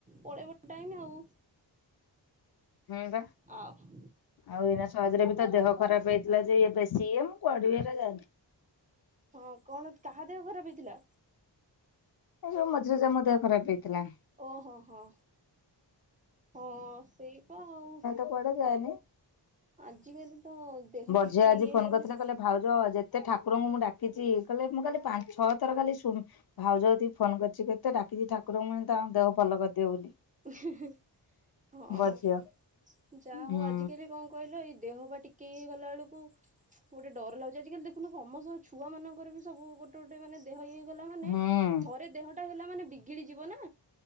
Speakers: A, on the right (about 20°); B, on the left (about 55°).
A: ପଳେଇ ପ ଟାଇ ଆଉ।
B: ହୁଁ ବା
A: ଆଉ
B: ଆଉ ଏଇନା ସହଜରେ ବି ତ ଦେହ ଖରାପ ହେଇ ଯ ବ ସି ମୁ କଆଡ଼ିବରେ ଜାନ୍ତି।
A: ହଁ କଣ କାହା ଦେହ ଖରାପ ହେଇଥିଲା।
B: ଏଇ ଯୋଉ ମଝିରେଜ ମ ମଧ୍ୟ ଖରାପ ହେଇଥିଲା।
A: ଓହୋ ହୋ ହଁ ସେଇପ ଆଉ।
B: କ କନ
A: ଆଜିକାଲି ତ ଦେହ
B: ବଢିଆ
A: ଟିକେ
B: ଆଜି
A: ଇଏ
B: ଫୋନ
A: ହେଇଗଲେ।
B: କରିଥିଲେ କହିଲେ ଭାଉଜ ଯେତେ ଠାକୁରଙ୍କୁ ମୁଁ ଡାକିଛି କହିଲେ ମୁଁ କାଲି ପାଞ୍ଚ ଛଅ ଥର କାଲି ଭାଉଜ କତିକି ଫୋନ କରିଛି କେତେ ଡାକିଛି ଠାକୁରଙ୍କୁୁ ତାଙ୍କ ଦେହ ଭଲ କରିଦିଅ ବୋଲି।
A: ଇ ହିଁ ହିଁ, ହଁ
B: ବଡଝିଅ।
A: ଯାହା
B: ହୁଁ
A: ହଉ ଆଜିକାଲି କଣ କହିଲ, ଏଇ ଦେହ ବା ଟିକେ ଇଏ ହେଇଗଲା ବେଳକୁ ଗୋଟେ ଡର ଲାଗୁଛି। ଆଜିକାଲି ଦେଖୁନ ସମସ୍ତଙ୍କର ଛୁଆମାନଙ୍କର ବି ସବୁ ଗୋ ଗୋଟେ ଗୋଟେ ମାନେ ଦେହ ଇଏ ହେଇଗଲା ମାନେ,
B: ହୁଁ
A: ଥରେ ଦେହଟା ହେଲା ମାନେ ବିଗିଡି ଯିବ ନା।